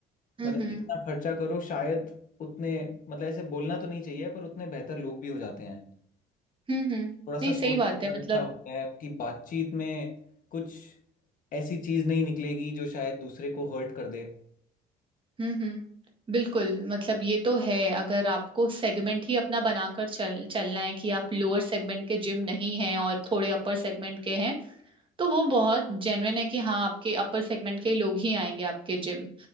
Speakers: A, on the right (about 30°); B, on the left (about 50°).
A: हम्म
B: मतलब
A: हम्म हम्म, हम्म, हम्म, right। हम्म,
B: जितना
A: हम्म,
B: खर्चा करो शायद उतने मतलब ऐसे बोलना तो नहीं चाहिए पर उतने बेहतर लोग भी हो जाते हैं
A: हम्म, हम्म।
B: थोड़ा सा
A: नहीं
B: सोच
A: सही बात
B: विचार
A: है मतलब
B: अच्छा होता है कि बातचीत में कुछ ऐसी चीज नहीं निकलेगी जो शायद दूसरे को हर्ट कर दे
A: हम्म हम्म बिल्कुल मतलब ये तो है अगर आपको सेगमेंट ही अपना बनाकर चल चलना है कि आप लोअर सेगमेंट के जिम नहीं हैं और थोड़े अपर सेगमेंट के हैं तो वो बहुत जेन्युइन है कि हाँ आपके अपर सेगमेंट के लोग ही आएंगे आपके जिम